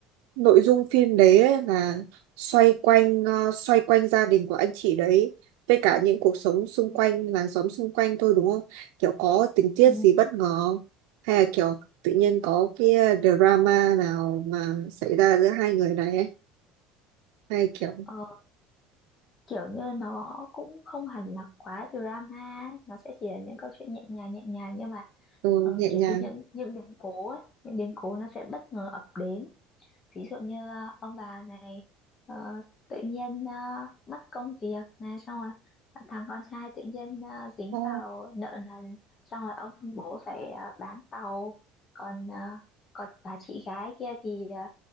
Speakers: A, on the right; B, on the left.
A: nội dung phim đấy ấy là xoay quanh ờ, xoay quanh gia đình của anh chị đấy với cả những cuộc sống xung
B: ừ,
A: quanh làng xóm xung quanh thôi đúng không? Kiểu có tình tiết
B: ừ.
A: gì bất ngờ không? Hay là kiểu tự nhiên có cái ờ, drama nào mà xảy ra giữa hai người này ấy? Hay kiểu
B: Ờ, kiểu như nó cũng không hẳn là quá drama nó sẽ chỉ là những câu chuyện nhẹ nhàng nhẹ nhàng nhưng mà
A: ừ,
B: ờ,
A: nhẹ
B: kiểu
A: nhàng.
B: như những những biến cố ấy, những biến cố nó sẽ bất ngờ ập đến ví dụ như ờ, ông bà này ờ, tự nhiên ờ, mất công việc này xong rồi thằng con trai tự nhiên ờ, dính
A: Ồ,
B: vào nợ nần xong rồi ông bố phải ờ, bán tàu còn ờ, còn bà chị gái kia thì ờ,